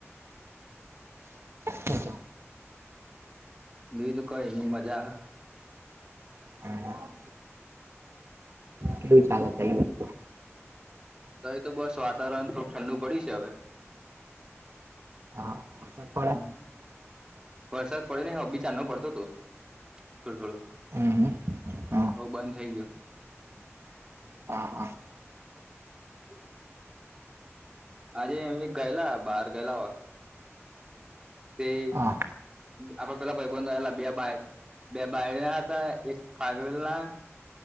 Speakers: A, on the right; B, on the right.
A: <unintelligible> હચ
B: બીજું તો કઈ નઈ મજા.
A: હમ, હા <inaudible> કેલું ચાલે હતા એ.
B: તો <inaudible> એ તો બસ વાતાવરણ થોડું ઠંડુ પડી છે. હવે,
A: હા
B: <unintelligible>
A: વરસાદ પડે
B: આ.. વરસાદ પડેને હબી ચાનો પડતો હતો, થોડો થોડો..
A: હમ હમ હા
B: અવ બંધ થઈ ગયો.
A: હા.. હા..
B: હ.. આજે અમે ગયેલા બહાર ગયેલા વાહ તેઈ
A: હા
B: આપડે પેલા ભાઈબંધ આવેલા બે બાઈ બે બાયલા હતા, એક પાાગવેલ ના.